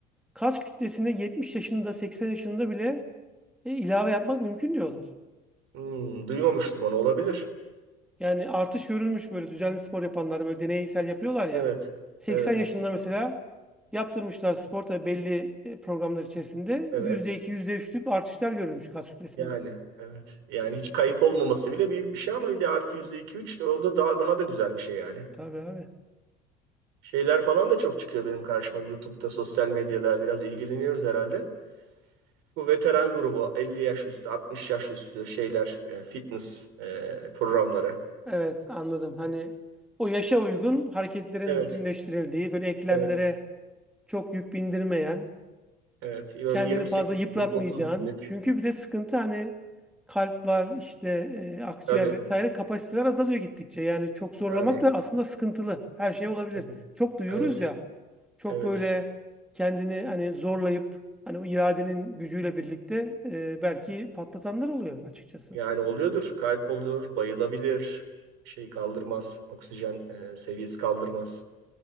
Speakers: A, in the centre; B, on the right (about 75°).
A: kas kütlesinde 70 yaşında 80 yaşında bile e, ilave yapmak mümkün diyorlar.
B: Hmm, duymamıştım onu olabilir.
A: Evet. Yani artış görülmüş böyle düzenli spor yapanlar böyle deneysel yapıyorlar ya.
B: Evet.
A: 80
B: Evet.
A: yaşında mesela yaptırmışlar spor tabii belli e, programlar içerisinde.
B: Evet.
A: yüzde iki yüzde üçlük artışlar görülmüş kas kütlesinde.
B: Yani evet. Yani hiç kayıp olmaması bile büyük bir şey ama bir de artı yüzde iki üç o da daha, daha da güzel bir şey yani.
A: Tabii abi.
B: Şeyler falan da çok çıkıyor benim karşıma YouTube'da, sosyal medyada biraz ilgileniyoruz herhalde. Bu veteran grubu 50 yaş üstü, 60 yaş üstü şeyler, e, fitness e, programları.
A: Evet anladım. Hani o yaşa uygun hareketlerin
B: Evet,
A: bütünleştirildiği böyle eklemlere
B: evet,
A: çok yük bindirmeyen
B: evet. Böyle
A: kendini
B: 28
A: fazla yıpratmayacağın.
B: günlük, 30 günlük.
A: Çünkü bir de sıkıntı hani kalp var işte e, akciğer
B: Tabii,
A: vesaire kapasiteler azalıyor gittikçe. Yani çok zorlamak
B: yani.
A: da aslında sıkıntılı. Her şey olabilir.
B: Tabii.
A: Çok duyuyoruz
B: Evet,
A: ya. Çok
B: evet.
A: böyle kendini hani zorlayıp hani o iradenin gücüyle birlikte e, belki patlatanlar oluyor açıkçası.
B: Yani oluyordur. Kalp oluyor, bayılabilir. Şey kaldırmaz, oksijen e, seviyesi kaldırmaz.